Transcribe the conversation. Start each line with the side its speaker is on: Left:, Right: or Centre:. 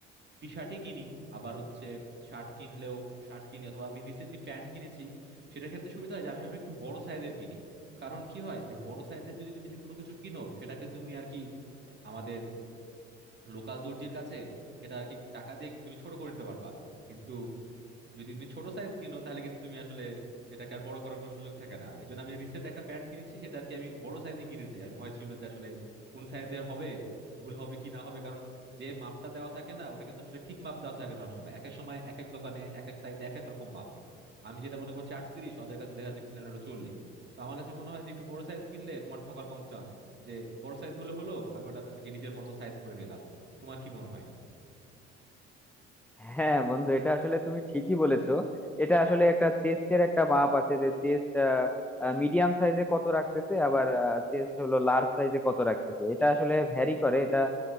Right: টি শার্টই কিনি আবার হচ্ছে শার্ট কিনলেও শার্ট কিনি অথবা আমি রিসেন্টলি প্যান্ট কিনেছি সেটার ক্ষেত্রে সুবিধা হয় যে আমি ভাবে একটু বড় সাইজের কিনি কারণ কি হয় যে বড় সাইজের যদি তুমি যে কোনো কিছু কিনো সেটাকে তুমি আর কি আমাদের লোকাল দর্জির কাছে সেটা আর কি টাকা দিয়ে তুমি ছোট করে নিতে পারবা কিন্তু যদি তুমি ছোট সাইজ কিনো তাহলে কিন্তু তুমি আসলে সেটাকে আর বড় করার কোনো সুযোগ থাকে না এই জন্য আমি রিসেন্ট একটা প্যান্ট কিনেছি সেটা আর কি আমি বড় সাইজই কিনেছি আমি ভয় ছিল যে আসলে কোন সাইজের হবে ভুল হবে কি না হবে কারণ যে মাপটা দেওয়া থাকে না ওটা কিন্তু আসলে ঠিক মাপ দেওয়া থাকে না সবসময় এক এক সময় এক এক দোকানে এক এক সাইডে এক এক রকম মাপ আমি যেটা মনে করছি আটত্রিশ ওদের কাছে দেখা যাচ্ছে কিনলে ওটা চল্লিশ তো আমার কাছে মনে হয় যে একটু বড় সাইজ কিনলে তোমার ঠকার কম চান্স যে বড় সাইজ হলে হলো আমি ওটা আর কি নিজের মতো সাইজ করে নিলাম তোমার কি মনে হয়
Centre: হ্যাঁ বন্ধু এটা আসলে তুমি ঠিকই বলেছো এটা আসলে একটা চেস্টের একটা মাপ আছে যে চেস্ট মিডিয়াম সাইজে কত রাখতেছে আবার চেস্ট হলো লার্জ সাইজে কত রাখতেছে এটা আসলে ভ্যারি করে এটা